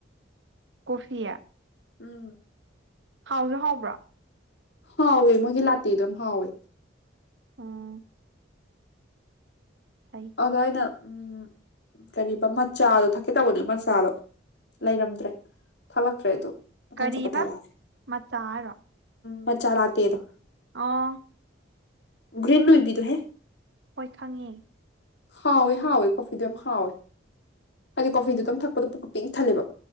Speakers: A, on the right; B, on the left.
A: ꯀꯣꯐꯤ
B: ꯎꯝ
A: ꯍꯥꯎꯁꯨ ꯍꯥꯎꯕ꯭ꯔꯣ
B: ꯍꯥꯎꯋꯦ ꯃꯣꯏꯒꯤ ꯂꯥꯠꯇꯦꯗꯣ ꯌꯥꯝ ꯍꯥꯎꯋꯦ
A: ꯎꯝ ꯐꯩ
B: ꯑꯗꯣ ꯑꯩꯅ ꯎꯝ ꯀꯔꯤꯕ ꯃꯠꯆꯥꯗꯣ ꯊꯛꯀꯦ ꯇꯧꯕꯅꯦ ꯃꯠꯆꯥꯗꯣ ꯂꯩꯔꯝꯗ꯭ꯔꯦ ꯊꯛꯂꯛꯇ꯭ꯔꯦ ꯑꯗꯨ ꯃꯊꯪ
A: ꯀꯔꯤꯕ
B: ꯆꯠꯄ ꯊꯛꯂꯛꯑꯒꯦ
A: ꯃꯆꯥ ꯍꯥꯏꯔꯣ
B: ꯃꯠꯆꯥ ꯂꯥꯇꯦꯗꯣ
A: ꯑꯣ
B: ꯒ꯭ꯔꯤꯟ ꯑꯣꯏꯕꯤꯗꯨꯍꯦ
A: ꯍꯣꯏ ꯈꯪꯉꯦ
B: ꯍꯥꯎꯋꯦ ꯍꯥꯎꯋꯦ ꯀꯣꯐꯤꯗꯣ ꯌꯥꯝ ꯍꯥꯎꯋꯦ ꯍꯥꯏꯗꯤ ꯀꯣꯐꯤꯗꯨꯗꯪ ꯊꯛꯄꯗ ꯄꯨꯛꯀ ꯄꯤꯛ ꯊꯜꯂꯦꯕ